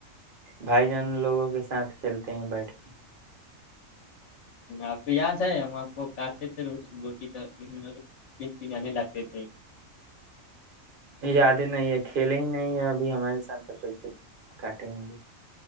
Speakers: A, on the right (about 45°); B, on the left (about 65°).
A: بھائی جان لوگوں کے ساتھ کھیلتے ہیں بیٹھ کے
B: آپ کو یاد ہے ہم آپ کو کاتے تھے روٹی تو پے لاتے تھے
A: یادیں نہیں ہے کھیلے ہی نہیں ہے ابھی ہمارے سام تک پیسے کاٹے ہوں گے